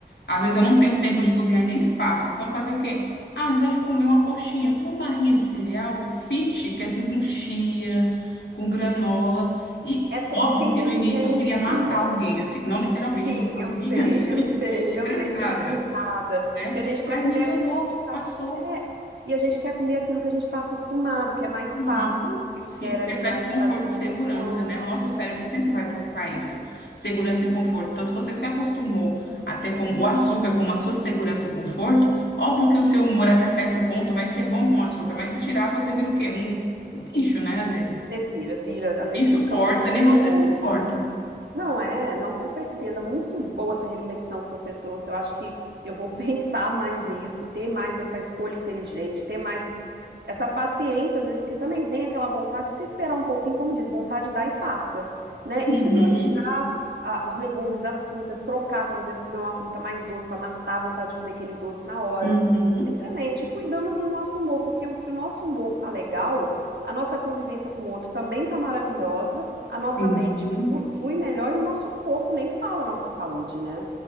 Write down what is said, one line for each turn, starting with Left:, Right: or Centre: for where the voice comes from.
Left: Às vezes eu não tenho tempo de cozinhar e nem espaço. Então eu fazia o quê? Ah, ao invés de comer uma coxinha, uma barrinha de cereal fit, que é assim com chia, com granola. E
Right: É troca
Left: óbvio
Right: inteligente,
Left: que no início eu queria
Right: Bia.
Left: matar alguém, assim, não literalmente
Right: Sim,
Left: matar
Right: eu
Left: alguém,
Right: sei,
Left: <laughs> assim,
Right: eu sei,
Left: estressada,
Right: eu sei. A gente fica irritada,
Left: né?
Right: porque a gente quer
Left: Mas
Right: comer
Left: melhorou,
Right: aquilo que a gente está.
Left: passou.
Right: É, e a gente quer comer aquilo que a gente está acostumado, que é mais
Left: Uhum.
Right: fácil, né, que
Left: Sim,
Right: gera
Left: porque
Right: ali
Left: traz
Right: mais
Left: conforto
Right: o prazer momentâneo.
Left: e segurança, né? O nosso cérebro sempre vai buscar isso, segurança e conforto. Então, se você se acostumou a ter como o açúcar como a sua segurança e conforto, óbvio que o seu humor até certo ponto vai ser bom com o açúcar, mas se tirar, você vira o quê? Um, um bicho, né? Às vezes.
Right: Você vira, vira. Às vezes
Left: Quem
Right: você
Left: suporta,
Right: fica muito
Left: nem
Right: nervoso.
Left: você se suporta.
Right: Não é, não, com certeza. Muito boa essa reflexão que você trouxe. Eu acho que eu vou <laughs> pensar mais nisso, ter mais essa escolha inteligente, ter mais esse, essa paciência, às vezes, porque também vem aquela vontade, se você esperar um pouquinho, como diz, vontade dá e passa, né?
Left: Uhum,
Right: E priorizar a- os legumes, as frutas, trocar, por exemplo, comer uma fruta mais doce para matar a vontade de comer aquele doce na hora.
Left: uhum.
Right: Excelente, E cuidando do nosso humor, porque o- se o nosso humor tá legal, a nossa convivência com o outro também tá maravilhosa a nossa
Left: Sim,
Right: mente flu- flui melhor e o nosso corpo nem fala a nossa saúde, né?